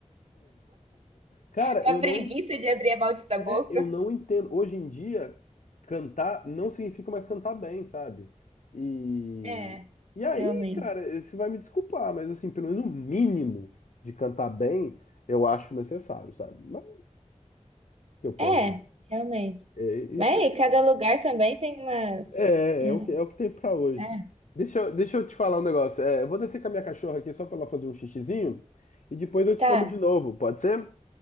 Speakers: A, on the left (about 85°); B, on the right (about 60°).
A: Cara,
B: uma
A: eu
B: preguiça
A: não
B: de abrir a maldita
A: é,
B: boca.
A: eu não entendo. Hoje em dia, cantar não significa mais cantar bem, sabe? E,
B: É,
A: e aí,
B: realmente.
A: cara, você vai me desculpar, mas assim, pelo menos o mínimo de cantar bem, eu acho necessário, sabe? Mas o que eu posso
B: É,
A: dizer?
B: realmente.
A: É, isso
B: Mas
A: é,
B: aí, cada lugar também tem umas.
A: é,
B: Hum,
A: é o que, é o que tem pra hoje.
B: é.
A: Deixa eu, deixa eu te falar um negócio. É, eu vou descer com a minha cachorra aqui só pra ela fazer um xixizinho e depois eu te
B: Tá.
A: chamo de novo, pode ser?